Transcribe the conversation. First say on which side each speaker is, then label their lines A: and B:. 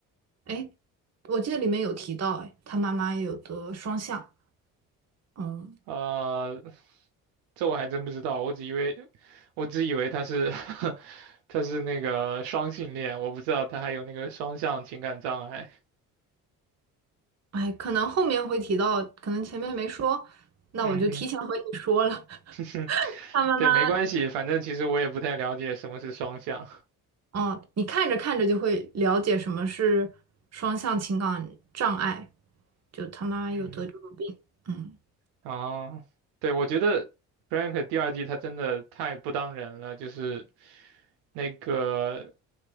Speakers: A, on the right (about 35°); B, on the right (about 65°).
A: 哎，我记得里面有提到，哎，他妈妈有的双向，嗯。
B: 呃，这我还真不知道，我只以为我只以为他是 <laughs> 他是那个双性恋，我不知道他还有那个双向情感障碍。
A: 哎，可能后面会提到，可能前面没说，那我就提前和你说了。
B: 嗯
A: <laughs>
B: 哼，<laughs>
A: 他妈妈，
B: 对，没关系，反正其实我也不太了解什么是双向。
A: 嗯，你看着看着就会了解什么是双向情感障碍，就他妈妈有得这个病。
B: 嗯。
A: 嗯，
B: 啊，对，我觉得 Frank 第二季他真的太不当人了，就是那个